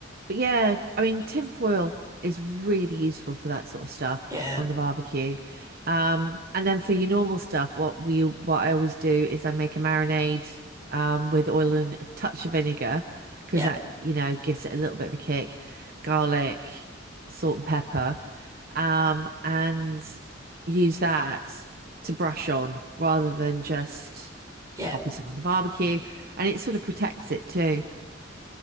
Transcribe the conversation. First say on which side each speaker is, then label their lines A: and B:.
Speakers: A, on the right (about 50°); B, on the right (about 15°).
A: But yeah, I mean, tin foil is really useful for that sort of stuff
B: Yeah,
A: on the barbecue. Um, and then for your normal stuff, what we what I always do is I make a marinade um, with oil and a touch of vinegar because
B: yeah,
A: that, you know, gives it a little bit of a kick. Garlic, salt and pepper, um, and use that to brush on rather than just
B: yeah.
A: popping stuff on the barbecue. And it sort of protects it too.